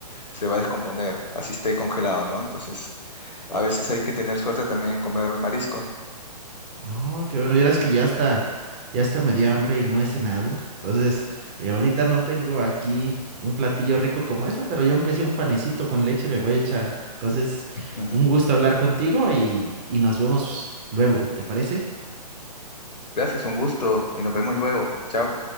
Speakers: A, on the left (about 80°); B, on the right (about 20°).
A: se va a descomponer, así esté congelado, ¿no? Entonces, a veces hay que tener suerte también en comer mariscos.
B: No, qué bueno, vieras que ya está, ya está me dio hambre y no he cenado. Entonces, eh, ahorita no tengo aquí un platillo rico como ese, pero yo aunque sea un panecito con leche me voy a echar. Entonces,
A: Ujú.
B: un gusto hablar contigo y, y nos vemos luego, ¿te parece?
A: Gracias, un gusto y nos vemos luego. Chao.